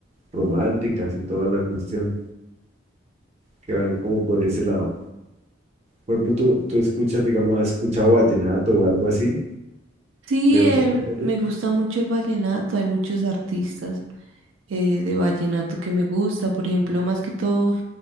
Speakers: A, on the right; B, on the right.
A: románticas y toda la cuestión, que van como por ese lado. Por ejemplo, tú, tú escuchas, digamos, has escuchado vallenato o algo así,
B: Sí,
A: de otro
B: eh,
A: género,
B: me gusta mucho el vallenato. Hay muchos artistas eh, de vallenato que me gusta. Por ejemplo, más que todo,